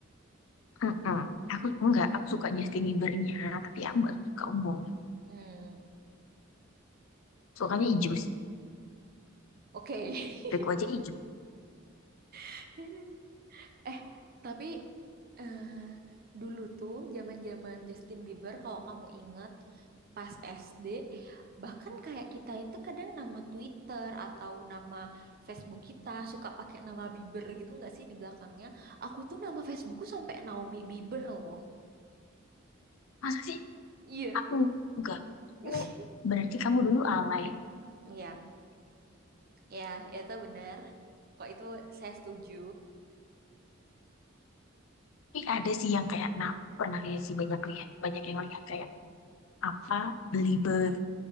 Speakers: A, on the left (about 75°); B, on the right (about 45°).
A: mm Aku enggak, aku suka Justin Biebernya, tapi aku nggak suka ungu.
B: Hmm,
A: Sukanya hijau sih.
B: oke.
A: Driku aja hijau.
B: <laughs> Eh, tapi eh dulu tuh zaman-zaman Justin Bieber kalau kamu ingat pas SD bahkan kayak kita itu kadang nama Twitter atau nama Facebook kita suka pakai nama Bieber gitu nggak sih di belakangnya aku tuh nama Facebookku sampai Naomi Bieber loh
A: Masa sih?
B: iya
A: Aku enggak. Aku,
B: <laughs>
A: berarti kamu dulu alay.
B: Iya, ya, ya itu benar. Kok itu saya setuju.
A: Tapi ada sih yang kayak, nah pernah lihat sih banyak lihat. Banyak yang lihat kayak apa belieber.